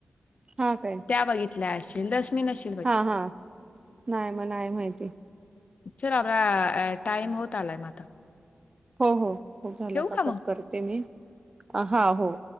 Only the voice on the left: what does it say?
त्या बघितल्या असतील <inaudible>
चल आला टाइम होत आलाय म आता.
ठेवू
का मग